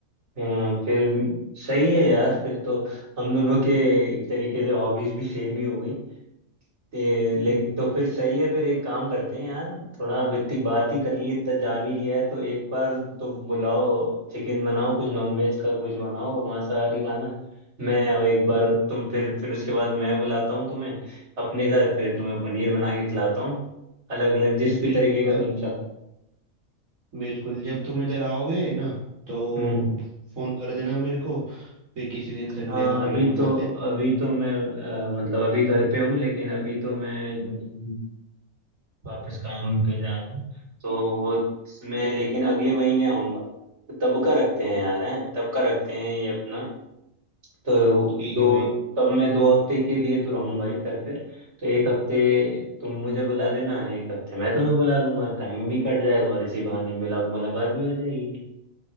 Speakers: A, on the right; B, on the right.
A: हाँ फिर सही है यार फिर तो हम दोनों के एक तरीके से हॉबीज भी सेम ही हो गई ते- लेकिन
B: हम्म
A: तो फिर सही है फिर एक काम करते हैं यार थोड़ा अब इतनी बात ही कर ली इतना जान ही लिया है तो एक बार तुम बुलाओ चिकन बनाओ कुछ नॉनवेज का कुछ बनाओ मांसाहारी खाना मैं एक बार
B: हम्म
A: तुम फिर फिर उसके बाद मैं बुलाता हूँ तुम्हें अपने घर फिर तुम्हें पनीर बना के खिलाता हूँ अलग अलग जिस भी
B: बिल्कुल
A: तरीके का तुम
B: जब-
A: चाहो
B: बिल्कुल जब तुम इधर आओगे ना तो
A: हम्म
B: फोन कर देना मेरे को फिर किसी दिन संडे
A: हाँ
B: का प्लान
A: अभी
B: बनाते
A: तो
B: हैं
A: अभी तो मैं अ, मतलब अभी घर पे हूँ लेकिन अभी तो मैं ज- वापस काम पे जा रहा हूँ तो वो मैं लेकिन अगले महीने आऊँगा तो तब का रखते हैं यार हैं तब का रखते हैं ये अपना तो
B: ठीक
A: दो
B: है भाई
A: तब मैं दो हफ्ते के लिए तो रहूँगा ही घर पे तो एक हफ्ते तुम मुझे बुला लेना एक हफ्ते मैं तुम्हें बुला लूंगा टाइम भी कट जाएगा और इसी बहाने मिला मुलाकात भी हो जाएगी